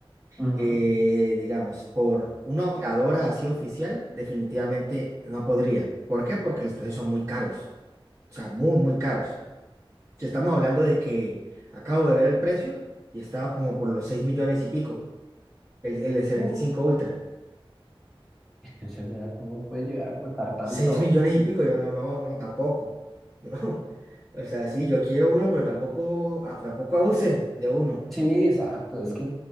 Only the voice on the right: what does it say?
Eh, digamos, por una operadora así oficial, definitivamente no podría. ¿Por qué? Porque los precios son muy caros. O sea, muy, muy caros. Si estamos hablando de que acabo de ver el precio y estaba como por los 6 millones y pico, el, el S25
Ultra.
Seis millones y pico, yo no, no, no, tampoco. <laughs> No. O sea, sí, yo quiero uno, pero tampoco, a- tampoco abusen de uno.